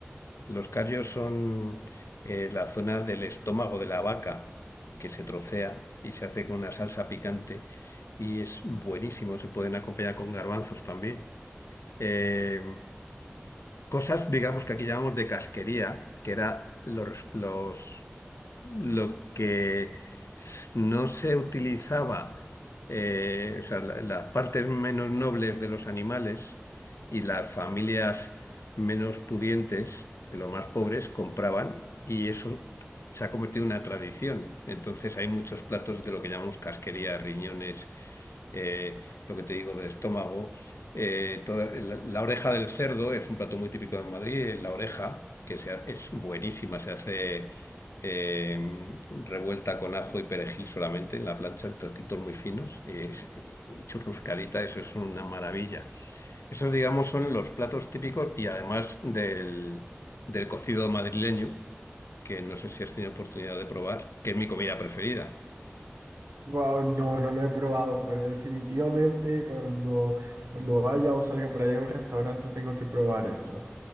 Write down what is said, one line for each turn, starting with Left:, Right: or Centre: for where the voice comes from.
Left: Los callos son eh, la zona del estómago de la vaca que se trocea y se hace con una salsa picante y es buenísimo. Se pueden acompañar con garbanzos también. Eh, cosas, digamos, que aquí llamamos de casquería, que era los, los lo que s- no se utilizaba, eh, o sea, la- las partes menos nobles de los animales y las familias menos pudientes, de los más pobres, compraban y eso se ha convertido en una tradición. Entonces hay muchos platos de lo que llamamos casquería, riñones, eh, lo que te digo del estómago. eh, toda- la, la oreja del cerdo es un plato muy típico de Madrid, la oreja, que se ha- es buenísima, se hace eh, revuelta con ajo y perejil solamente en la plancha, en trocitos muy finos y, es- y churruscadita, eso es una maravilla. Esos, digamos, son los platos típicos y además del, del cocido madrileño, que no sé si has tenido oportunidad de probar, que es mi comida preferida.
Right: Wow, no, no lo he probado, pero definitivamente cuando, cuando vaya o salga por ahí a un restaurante tengo que probar eso.